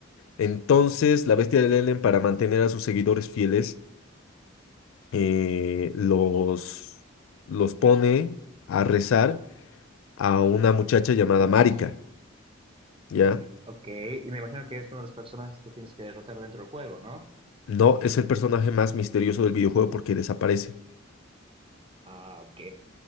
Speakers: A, on the left; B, on the right.
A: Entonces, la bestia de Lelen, para mantener a sus seguidores fieles, eh, los, los pone a rezar a una muchacha llamada Marika, ¿ya?
B: Mm, ok, y me imagino que es uno de los personajes que tienes que derrotar dentro del juego, ¿no?
A: No, es el personaje más misterioso del videojuego porque desaparece.
B: Ah, ok.